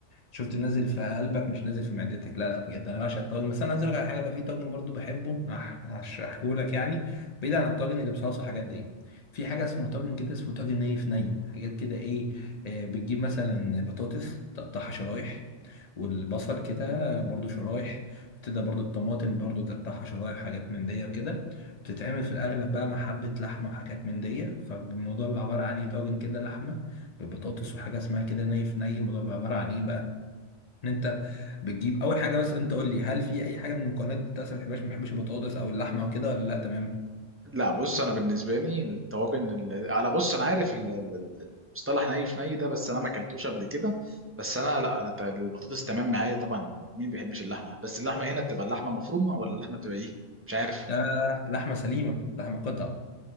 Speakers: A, on the left; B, on the right.
A: شفت نازل في قلبك مش نازل في معدتك لا لا بجد انا بعشق الطاجن بس انا عايز اقول لك على حاجه بقى في طاجن برضو بحبه هشرحه لك يعني بعيد عن الطاجن اللي بصلصه حاجات دي في حاجه اسمها طاجن كده اسمه طاجن نيف ني حاجات كده ايه آه، بتجيب مثلا بطاطس تقطعها شرايح والبصل كده برضو شرايح وتبدأ برضو الطماطم برضو تقطعها شرايح حاجات من دي وكده بتتعمل في الاغلب بقى مع حبه لحمه وحاجات من دي فالموضوع بيبقى عباره عن ايه طاجن كده لحمه ببطاطس وحاجه اسمها كده نيف ني الموضوع بيبقى عباره عن ايه بقى ان انت بتجيب اول حاجه بس انت قول لي هل في اي حاجه من المكونات دي انت اصلا ما بتحبهاش ما بتحبش البطاطس او اللحمه وكده ولا لا تمام
B: لا بص انا بالنسبه لي الطواجن ال- انا بص انا عارف ال- ال- ال- المصطلح ني في ني ده بس انا ما اكلتوش قبل كده بس انا لا انا ت- البطاطس تمام معايا طبعا مين بيحبش اللحمه بس اللحمه هنا بتبقى اللحمه مفرومه ولا اللحمه بتبقى ايه مش عارف
A: لا لا لا، لحمه سليمه لحمه قطع